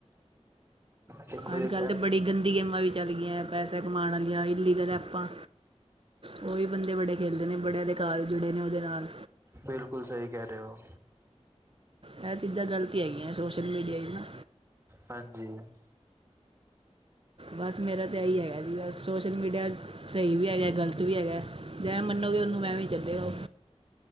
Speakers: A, on the right; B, on the right.
A: ਦੇਖੋ ਇਹ
B: ਅਜ ਕੱਲ੍ਹ ਤਾਂ ਬੜੀ ਗੰਦੀ ਗੇਮਾਂ ਵੀ ਚੱਲ ਗਈਆਂ ਹੈ ਪੈਸੇ ਕਮਾਉਣ ਵਾਲੀਆਂ ਇਲੀਗਲ ਐਪਾਂ ਉਹ ਵੀ ਬੰਦੇ ਬੜੇ ਖੇਡਦੇ ਨੇ ਬੜੇ ਅਧਿਕਾਰ ਜੁੜੇ ਨੇ ਉਹਦੇ ਨਾਲ
A: ਬਿਲਕੁਲ ਸਹੀ ਕਹਿ ਰਹੇ ਹੋ
B: ਇਹ ਚੀਜ਼ਾਂ ਗਲਤ ਹੀ ਹੈਗੀਆਂ ਸੋਸ਼ਲ ਮੀਡੀਆ 'ਚ ਨਾ
A: ਹਾਂਜੀ
B: ਬਸ ਮੇਰਾ ਤਾਂ ਇਹੀ ਹੈਗਾ ਜੀ ਬਸ ਸੋਸ਼ਲ ਮੀਡੀਆ ਸਹੀ ਵੀ ਹੈਗਾ ਗ਼ਲਤ ਵੀ ਹੈਗਾ ਜੈ ਮੰਨੋਗੇ ਉਹਨੂੰ ਮੈਂ ਵੀ ਚੱਲੇਗਾ ਉਹ